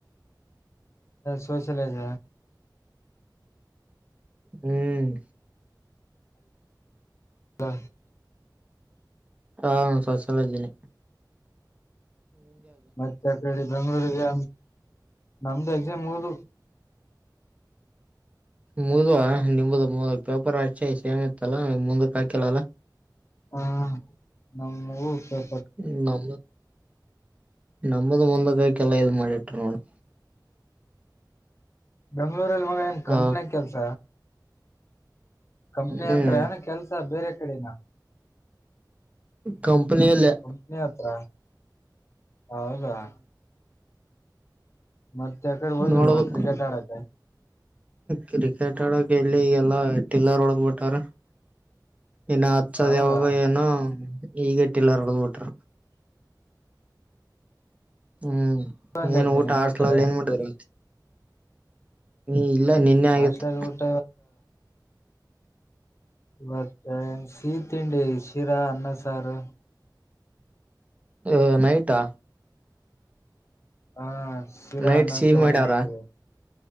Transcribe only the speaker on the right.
ಹ್ಮ್
ಹಾ ಸ್ವಸಲ ಇದ್ದೀನಿ
ಮುದ್ುವ ನಿಮ್ದ ಪೇಪರ್ ಹಚೆ ಸೇಮ್ ಇತ್ತಲ್ಲಾ ಮುಂದಕ್ ಹಾಕಿಲ್ಲಲ್ಲಾ
ನ ನಮ್ಮದು ಮುಂದಕ್ಕಕಲ್ಲ ಇದ್ ಮಾಡಿಟ್ರ ನೋಡಿ
ಹ
ಹ್ಮ್
ಕಂಪನಿ ಅಲ್ಲೇ
ನೋಡ್ಬೇಕು
ಕ್ರಿಕೆಟ್ ಆಡಕ್ ಎಲ್ಲಿ ಈಗೆಲ್ಲಾ ಟಿಲ್ಲರ್ ಒಡದ ಬಿಿಟಾರ ಇನ್ನು ಹತ್ಸದ್
ಯಾವಾಗ ಏನೋ ಈಗಟ್ಟಿಲ್ಲ ಹಡದ್ ಬಿಟರು ಹ್ಮ್
ಏನ್ ಊಟ
ಆಸ್ಲಲ್ಲಿ
ಏನ್ ಮಾಡತಾರ ಇಲ್ಲ ನಿನ್ನೆ ಆಗಿತ್ತು
ಹ ನೈಟಾ
ನೈಟ್
ಸಿಹಿ
ಮಾಡ್ಯಾರ